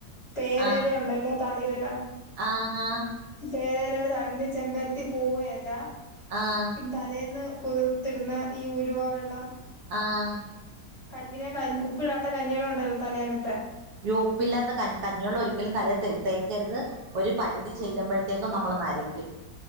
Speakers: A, on the left; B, on the right.
A: പേര
B: ആഹ്
A: എല ഒണ്ടല്ലോ തളിരെല
B: ആഹ് ഹാ
A: പേരേലെടെ ത പിന്നെ ചെമ്പരത്തിപൂവ് എലാ
B: ആഹ്
A: തലേന്ന് കുതിർത്ത് ഇട്ന്നാ ഈ ഉലുവാ വെള്ളം
B: ആഹ്
A: <unintelligible> ഉപ്പ് ഇടാത്ത കഞ്ഞി വെള്ളം ഒണ്ടല്ലോ തലേനത്തെ
B: ഉപ്പില്ലാത്ത കഞ് കഞ്ഞിവള്ളം ഒരിക്കലും തലേ തലേത്ത് ത്തേക്കരുത് ഒരു പരിധി ചെല്ലുമ്പഴത്തേക്കും നമ്മൾ നരയ്ക്കും